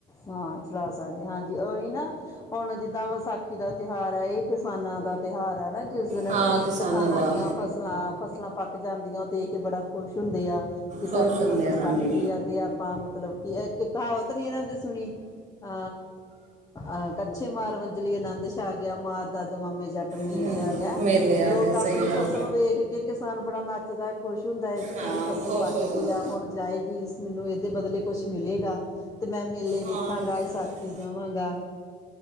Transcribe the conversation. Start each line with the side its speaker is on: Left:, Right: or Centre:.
Left: ਹਾਂ ਚਲਾ ਸਕਦੇ ਹਾਂ ਹਾਂਜੀ ਉਹੀ ਨਾ ਹੁਣ ਜਿੱਦਾਂ ਵਿਸਾਖੀ ਦਾ। ਤਿਉਹਾਰ ਹੈ। ਇਹ ਕਿਸਾਨਾਂ ਦਾ ਤਿਉਹਾਰ ਹੈ, ਨਾ ਜਿਸ ਦਿਨ
Right: ਹਾਂ
Left: ਕਿਸਾਨਾਂ
Right: ਦਾ
Left: ਦੀਆਂ। ਫਸਲਾਂ ਫਸਲਾਂ ਪੱਕ ਜਾਂਦੀਆਂ ਉਹ ਦੇਖ ਕੇ ਬੜਾ ਖੁਸ਼ ਹੁੰਦੇ ਆ। ਕਿ ਸਾਡੀ
Right: ਖੁਸ਼ ਹੁੰਦੇ
Left: ਫਸਲ
Right: ਆ, ਹਾਂਜੀ
Left: ਪੱਕ ਗਈ ਆ ਤੇ ਆਪਾਂ ਮਤਲਬ, ਕਿ ਇੱਕ ਕਹਾਵਤ ਨੀ ਇਹਨਾਂ ਦੀ ਸੁਣੀ। ਅ ਅ ਕੱਛੇ ਮਾਰ ਵੰਜਲੀ ਆਨੰਦ ਛਾ ਆ ਗਿਆ। ਮਾਰ ਦਾਦਮਾਮੇ ਜੱਟ। ਜੱਟ ਮੇਲੇ
Right: ਹਮ,
Left: ਆ ਗਿਆ।
Right: ਮੇਲੇ ਆ
Left: ਲੋਕ
Right: ਗਿਆ
Left: ਆਪਣੀ
Right: ਸਹੀ ਗੱਲ
Left: ਫਸਲ ਨੂੰ ਵੇਖ ਕੇ ਕਿਸਾਨ ਬੜਾ ਨੱਚਦਾ ਹੈ, ਖੁਸ਼ ਹੁੰਦਾ ਹੈ, ਕਿ ਮੇਰੀ
Right: ਹਾਂ
Left: ਫਸਲ।
Right: ਖੁਸ਼
Left: ਪੱਕ
Right: ਹੋ
Left: ਗਈ
Right: ਜਾਂਦੇ
Left: ਆ ਹੁਣ ਜਾਏਗੀ। ਮੈਨੂੰ ਇਹਦੇ ਬਦਲੇ ਕੁਛ ਮਿਲੇਗਾ। ਤੇ ਮੈਂ ਮੇਲੇ ਵੇਖਾਂਗਾ,
Right: ਹਾਂ ਕਿਉਂਕਿ
Left: ਵਿਸਾਖੀ ਜਾਵਾਂਗਾ।